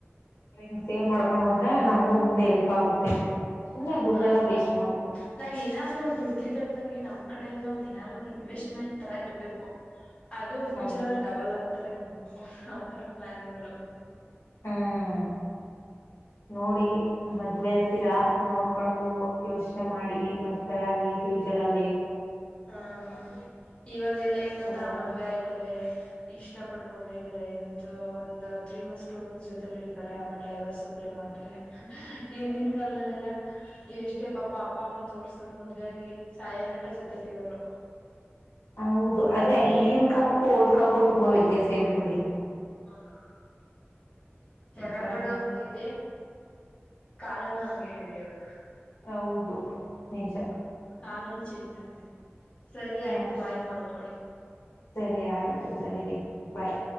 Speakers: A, on the left; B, on the left.
A: ಗ್ ಸೇವ್ ಮಾಡ್ಕೊಂಡು ಹೋದ್ರೆ ನಮ್ಗೂ ಮುಂದೆ ಎಲ್ಪ್ ಆಗುತ್ತೆ ಸುಮ್ನೆ ದುಡ್ಡೆಲ್ಲ
B: ಹೌದು
A: ವೇಸ್ಟ್ ಮಾಡ್ಬಾರ್ದು
B: ನಾವ ಏನಾದ್ ಒಂದು ದುಡ್ದಿದ್ದ ನಮ್ ಕಡೆಯಿಂದ ಒಂದ್ ಏನಾರು ಒಂದ್ ಇನ್ವೆಸ್ಟ್ಮೆಂಟ್ ತರ ಇರಬೇಕು ಅದು ಫ್ಯೂಚರ್
A: ಹೌದು
B: ಅಲ್ಲಿ ಡಬಲ್ ಆಗೋ ತರ ಇರ್ಬೇಕು ಆತರ ಪ್ಲಾನಿಂಗ್ ಅಲ್ಲಿ ಹೋಗ್ಬೇಕು
A: ಹ್ಮ್ ನೋಡಿ ಮದ್ವೆ ಅಂತೀರಾ ನೋಡ್ಕೊಂಡು ಯೋಚನೆ ಮಾಡಿ ಮತ್ತೆ ಆಗಿ ಫ್ಯೂಚರ್ ಅಲ್ಲಿ
B: ಹಾ ಹ ಇವಾಗೆಲ್ಲ ಹೆ ಗತ್ತಾ
A: ಇವಾಗ
B: ಮದ್ವೆ ಆಯ್ತಾರೆ ಇಷ್ಟ ಪಟ್ಟ ಮದ್ವೆ ಇದ್ದಾರೆ ಇದಂತ ಒಂದು ತ್ರೀ ಮತ್ಸ್ ಟೂ ಮಂತ್ಸ್ ಜೊತೆಲಿ ಇರ್ತಾರೆ ಆಮೇಲೆ ಡೈವರ್ಸ್ ಅಪ್ಲೈ ಮಾಡ ಅಂತಾರೆ ಹಿಂದಿನ ಕಾಲದಲ್ಲೆಲ್ಲಾ ಎಷ್ಟೇ ಪಾಪ ಅಪ್ಪ ಅಮ್ಮ ತೋರ್ಸ್ತಾರ ಮದುವೆಯಾಗಿ ಸಾಯ ಗಂಟ ಜೊತಲಿ ಇರೋರು
A: ಹೌದು ಅದೇ ಏನ್ ಕಾಲಕ್ಕೂ ಹೋದ್ ಕಾಲಕ್ಕೂ ತುಂಬಾ ವ್ಯತ್ಯಾಸ ಇದೆ ಬಿಡಿ
B: ಹ ಜನಗಳು
A: ಈ ತರ ನಡೆ
B: ಹಂಗಗೆ ಇದೆ ಕಾಲನು ಹಂಗಗೆ ಇದೆ ಇವಾಗ
A: ಹೌದು ನಿಜ
B: ಕಾಲನು ಚೇಂಜ್ ಆಗ್ತತೆ ಸರಿ
A: ಹಾ
B: ಆಯ್ತು ಬಾಯಿ ಮಲ್ಕೊಳ್ಳಿ
A: ಸರಿ ಆಯ್ತು ಸರಿ ರೇ ಬಾಯ್